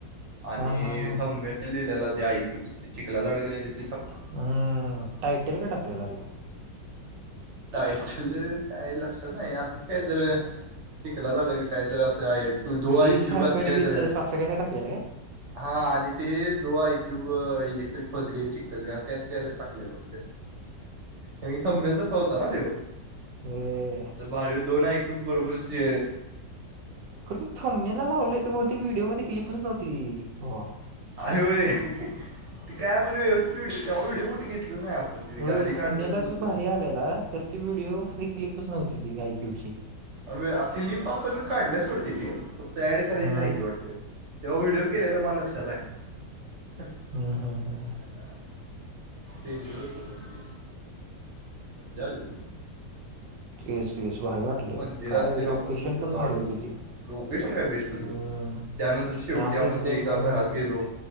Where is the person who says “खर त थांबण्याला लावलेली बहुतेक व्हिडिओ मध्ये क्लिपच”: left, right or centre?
Right